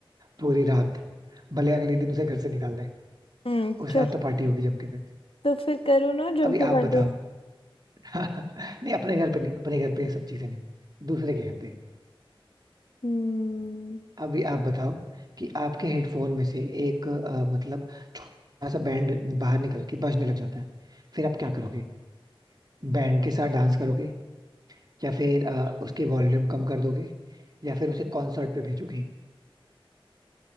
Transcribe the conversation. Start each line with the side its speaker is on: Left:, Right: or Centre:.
Right: पूरी रात भले अगले दिन उसे घर से निकाल दें
Left: हम्म
Right: उस
Left: चल
Right: रात तो पार्टी होगी जम के फिर
Left: तो फिर करो ना झुमके
Right: अभी आप
Left: पार्टी
Right: बताओ <laughs> नहीं अपने घर पे नहीं अपने घर पे ये सब चीजें नहीं दूसरे के घर पे
Left: हम्म
Right: अभी आप बताओ कि आपके हेडफोन में से एक अ, मतलब छोटा सा बैंड बाहर निकल के बजने लग जाता है फिर आप क्या करोगे बैंड के साथ डांस करोगे या फिर अ, उसके वॉल्यूम कम कर दोगे या फिर उसे कॉन्सर्ट पे भेजोगे